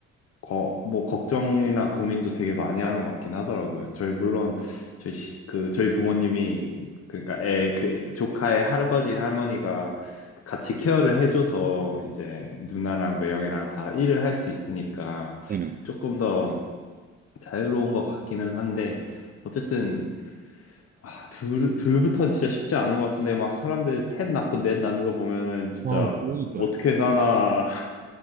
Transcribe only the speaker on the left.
거, 뭐 걱정이나 고민도 되게 많이 하는 것 같긴 하더라고요. 저희 물론 저희 시- 그 저희 부모님이 그러니까 애 그 조카의 할아버지 할머니가 같이 케어를 해줘서 이제 누나랑 매형이랑 다 일을 할 수 있으니까
조금 더 자유로운 것 같기는 한데. 어쨌든 아, 둘, 둘부터는 진짜 쉽지 않은 것 같은데, 막 사람들 셋 낳고 넷 낳는 거 보면은 진짜
어떻게 사나 <laughs>